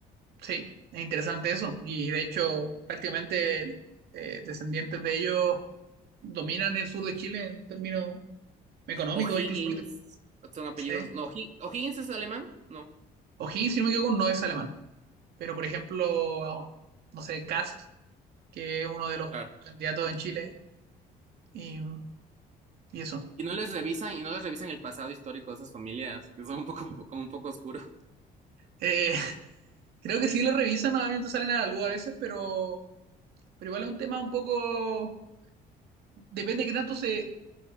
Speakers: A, on the right (about 70°); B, on the right (about 45°).
A: Sí, es interesante eso. Y de hecho, prácticamente eh, descendientes de ellos dominan el sur de Chile en términos económicos
B: O'Higgins,
A: e incluso políticos.
B: son apellidos.
A: Sí.
B: No, O'Hi- O'Higgins es alemán, no,
A: O'Higgins, si no me equivoco, no es alemán. Pero, por ejemplo, no sé, Kast, que es uno de los
B: claro.
A: candidatos en Chile, y, y eso.
B: Y no les revisan, y no les revisan el pasado histórico de esas familias, que son un poco, como un poco oscuro.
A: Eh, <laughs> creo que sí lo revisan, obviamente salen a la luz a veces, pero, pero igual es un tema un poco depende de qué tanto se,